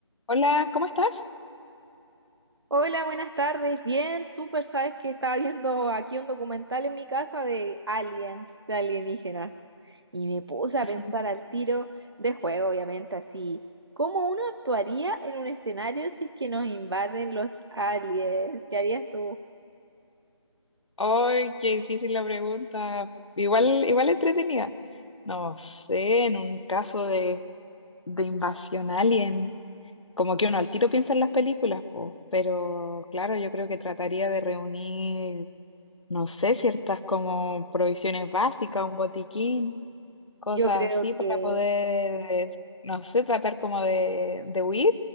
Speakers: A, on the left; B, on the right.
A: Hola, ¿cómo estás?
B: Hola, buenas tardes. Bien, súper. Sabes que estaba viendo aquí un documental en mi casa de aliens, de alienígenas. Y me puse a
A: <laughs>
B: pensar al tiro de juego, obviamente, así. ¿Cómo uno actuaría en un escenario si es que nos invaden los aliens? ¿Qué harías tú?
A: Ay, qué difícil la pregunta. Igual, igual entretenida. No sé, en un caso de, de invasión alien, como que uno al tiro piensa en las películas, po, pero claro, yo creo que trataría de reunir, no sé, ciertas como provisiones básicas, un botiquín. cosas
B: Yo creo
A: así
B: que,
A: para poder, eh, no sé, tratar como de, de huir